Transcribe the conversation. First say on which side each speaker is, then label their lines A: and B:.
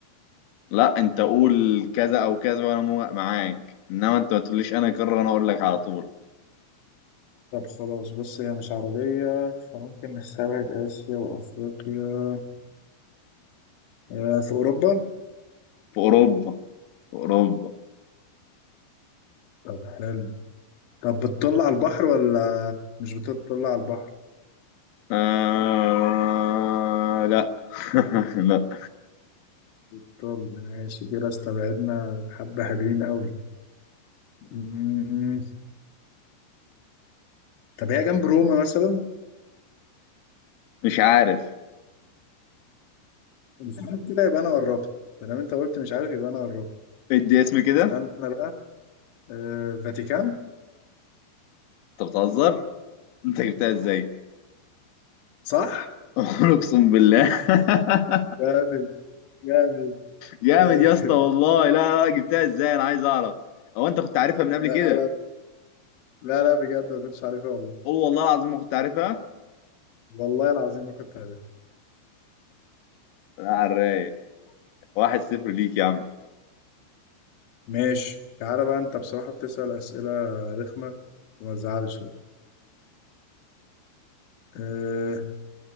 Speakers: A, on the left; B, on the left.
A: لا انت قول كذا او كذا وانا موافق معاك انما انت ما تقوليش انا اكرر انا اقول لك على طول
B: طب خلاص بص هي مش عربية فممكن نستبعد آسيا وأفريقيا آه في أوروبا؟
A: في اوروبا في اوروبا
B: طب حلو طب بتطل على البحر ولا مش بتطل على البحر
A: آه... لا <laughs> لا
B: بتطل ماشي كده استبعدنا حبة حلوين قوي مم. طب هي جنب روما مثلا
A: مش عارف
B: مش عارف كده يبقى انا قربت ما دام انت قلت مش عارف يبقى انا قربت
A: ادي اسم كده
B: استنى بقى آه، فاتيكان
A: انت بتهزر انت جبتها ازاي
B: صح
A: <laughs> اقسم بالله <laughs>
B: جامد جامد
A: جامد
B: جامد
A: يا اسطى والله لا لا جبتها ازاي انا عايز اعرف هو انت كنت عارفها من قبل
B: <laughs>
A: كده
B: لا لا لا لا بجد ما كنتش عارفها والله
A: قول والله العظيم ما كنت عارفها
B: والله العظيم ما كنت عارفها
A: لا على الرايق واحد صفر ليك يا عم
B: ماشي تعالى بقى انت بصراحة بتسأل أسئلة رخمة وما تزعلش أه...